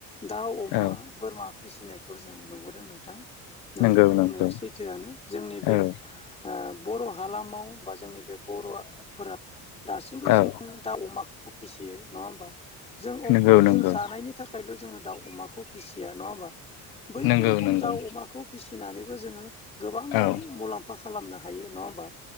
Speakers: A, on the left (about 20°); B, on the left (about 80°).
A: दाउ-अमा
B: औ
A: बोरमा फिसिनायखौ जों नुबोदों नोंथां । नोंथाङा
B: नंगौ नंगौ
A: बुंनाया सैथोआनो । जोंनि बे
B: औ
A: आ बर' हालामाव बा जोंनि बे बर' फोरा दासिम बो जोङो
B: औ
A: दाउ-अमा खौ फिसियो नंङा होमबा जों अखल
B: नंगौ नंगौ
A: जों जानायनि थाखायल‌जोंङो दाउ-अमाखौ फिसिया नङा होमबा बैफोर
B: नंगौ
A: रखम
B: नंगौ
A: दाउ-अमाखौ फिसिनानैबो जोङो गोबां रां
B: औ
A: मुलाम्फा खालामनो हायो नङा होमबा